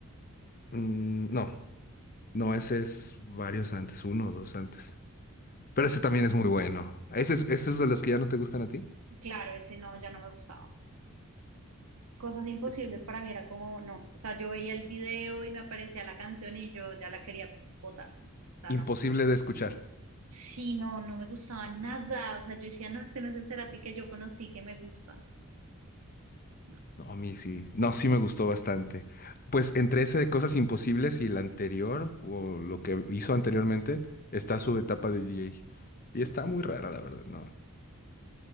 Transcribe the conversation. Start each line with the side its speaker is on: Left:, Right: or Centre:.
Left: Mm, no, no, ese es varios antes, uno o dos antes. Pero ese también es muy bueno. ¿Ese, es- ese es de los que ya no te gustan a ti?
Right: Claro, ese no, ya no me gustaba. Cosas imposibles
Left: Es
Right: para mí era como, no. O sea, yo veía el video y me aparecía la canción y yo ya la quería botar. O sea,
Left: imposible
Right: no.
Left: de escuchar.
Right: Sí, no, no me gustaba nada. O sea, yo decía, no, este no es el Cerati que yo conocí, que me gusta. No,
Left: No, a mí sí. No, sí me gustó bastante. Pues entre ese de Cosas Imposibles y el anterior, o lo que hizo anteriormente, está su etapa de DJ. Y está muy rara, la verdad, no.